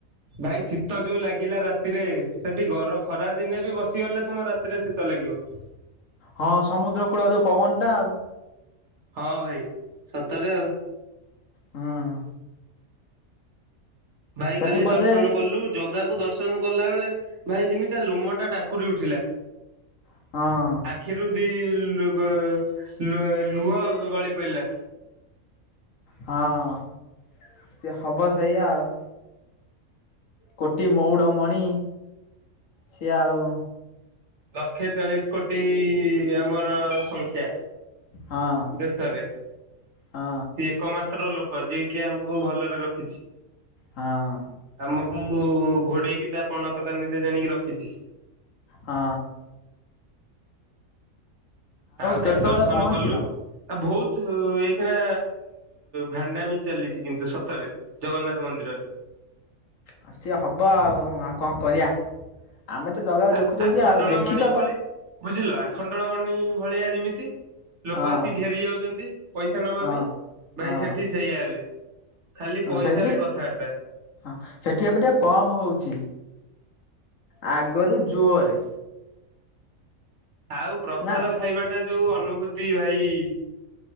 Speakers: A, on the right; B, on the left.
A: ଭାଇ ଶୀତ ଯୋଉ ଲାଗିଲା ରାତିରେ ସେଠି ଗର ଖରା ଦିନେ ବି ବସିଗଲେ ତମ ରାତିରେ ଶୀତ ଲାଗିବ। <unintelligible>
B: ହଁ ସମୁଦ୍ର କୂଳ ଯୋଉ ପବନ ଟା ଆଉ
A: ହଁ ଭାଇ ସତରେ ଆଉ।
B: ହଁହଁ।
A: ଭାଇ
B: ସେଠି
A: କାଲି
B: ବୋଧେ
A: ଦର୍ଶନ କଲୁ ଜଗାକୁ ଦ ର୍ଶନ କଲା ବେଳେ ଭାଇ ଯେମିତିଆ ଲୋମ ଟା ଟାଙ୍କୁରି ଉଠିଲା।
B: ହଁ।
A: ଆଖିରୁ ଦି ଲୁବ ଲୁଅ ଲୁହ ଗଳି ପଡିଲା।
B: ହଁ ସେ ହବ ସେଇଆ ଆଉ। କୋଟି ମଉଡ ମଣି ସିଏ ଆଉ
A: ଲକ୍ଷେ ଚାଳିସି କୋଟି ଆମର ସଂଖ୍ୟା
B: ହଁ
A: ଦେଶରେ ସିଏ
B: ହଁ
A: ଏକମାତ୍ର ଲୋକ ଯିଏ କିି ଆମକୁ ଭଲରେ ରଖିଛି।
B: ହଁ।
A: ଆମକୁ ଘୋଡେଇକି ତା ପଣତ କାନିରେ ଜାଣିକି ରଖିଛି।
B: ହଁ।
A: ଆଉ
B: କେତେବେଳେ
A: କାଲି ଦର୍ଶନ
B: ପହଞ୍ଚିଲ?
A: କଲୁ ଆଉ ବହୁତ ତୁ ଏଇ କିଣା ଭାଣ୍ଡାବି ଚାଲିଛି କିନ୍ତୁ ସତରେ ଜଗନ୍ନାଥ ମନ୍ଦିରରେ।
B: ଆଉ ସିଏ ହବ ଆଉ ଆଉ କଣ କରିଆ। ଆମେ ତ ଜଗାକୁ
A: ଆ
B: ଦେଖୁଛନ୍ତି
A: ଆଖଣ୍ଡଳ
B: ଆଉ ଦେଖି
A: ମଣି
B: ତ
A: ଭଳି
B: ପାଇଁ
A: ବୁଝିଲ ଆଖଣ୍ଡଳ ମଣିି ଭଳିଆ ଯେମିତି ଲୋକ
B: ହଁ
A: ଆସିିକି ଘେରି ଯାଉଛନ୍ତି ପଇସା ନେବା
B: ହଁ
A: ପାଇଁ ଭାଇ
B: ହଁ
A: ସେଠି ସେଇଆ ଏବେ ଖାଲି
B: ହଁ
A: ପଇସାରେ
B: ସେଇଠି
A: କଥାବାର୍ତ୍ତା।
B: ହଁ, ସେଠି ଏବେ ଟିକେ କମ ହଉଛି। ଆଗରୁ ଜୋରରେ
A: ଆଉ ପ୍ରସାଦ
B: ନା
A: ଖାଇବା ଟା ଯୋଉ ଅନୁଭୂତି ଭାଇ